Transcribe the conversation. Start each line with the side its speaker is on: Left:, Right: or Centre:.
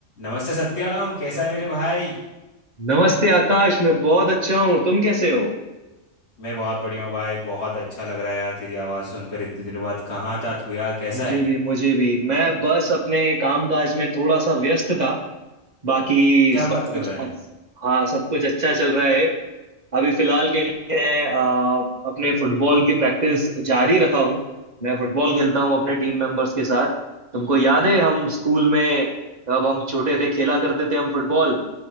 Left: नमस्ते सत्यम कैसा है मेरे भाई
Right: नमस्ते आकाश मैं बहुत अच्छा हूँ तुम कैसे हो
Left: मैं बहुत बढ़िया हूँ भाई बहुत अच्छा लग रहा है यार तेरी आवाज़ सुनकर इतने दिनों बाद कहाँ था तू यार कैसा
Right: मुझे
Left: है
Right: भी मुझे भी मैं बस अपने कामकाज में थोड़ा सा व्यस्त था बाकी
Left: क्या
Right: सब
Left: बात
Right: कुछ
Left: कर रहा है
Right: अच्छ... हाँ सब कुछ अच्छा चल रहा है अभी फिलहाल के लिए मैं आ, अपने फुटबॉल की प्रैक्टिस जारी रखा हूँ मैं फुटबॉल खेलता हूँ अपने टीम मेंबर्स के साथ तुमको याद है हम स्कूल में जब हम छोटे थे खेला करते थे हम फुटबॉल